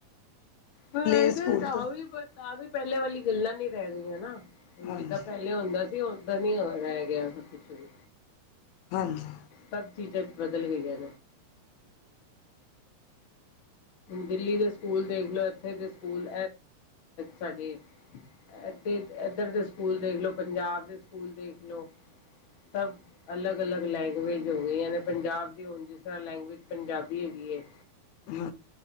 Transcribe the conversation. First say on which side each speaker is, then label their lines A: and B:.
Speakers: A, on the left (about 60°); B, on the left (about 80°).
A: ਹ
B: ਪਲੇ ਸਕੂਲ
A: ਆ
B: ਤੋਂ
A: ਵੀ ਆ ਵੀ ਪਹਿਲੇ ਵਾਲੀ ਗੱਲਾਂ ਨੀ ਰਹਿ ਗਈਆਂ ਨਾ ਹੁਣ
B: ਹਾਂਜੀ
A: ਜਿੱਦਾਂ ਪਹਿ ਹੁੰਦਾ ਸੀ ਓਦਾਂ ਨ ਰਹਿ ਗਿਆ ਸਭ ਕੁਛ ਵੀ
B: ਹਾਂਜੀ
A: ਸਭ ਚੀਜ਼ਾਂ ਚ ਬਦਲ ਗਈਆਂ ਦਿੱਲੀ ਦੇ ਸਕੂਲ ਦੇਖ ਲ ਇੱਥੇ ਦੇ ਸਕੂਲ ਸਾਡੇ ਇ ਇਏਧਰ ਦੇ ਸਕੂਲ ਦੇਖਲੋ ਪੰਜਾਬ ਦੇ ਸਕੂਲ ਦੇਖਲੋ ਸਭ ਅਲੱਗ ਅਲੱਗ ਲੈਂਗੁਏਜ ਹੋ ਗਈ ਯਾਨੀ ਪੰਜਾਬ ਦੀ ਹੁਣ ਜਿਸ ਤਰ੍ਹਾਂ ਲੈਂਗੁਏਜ ਪੰਜਾਬੀ ਹੈਗੀ ਹੈ
B: ਹ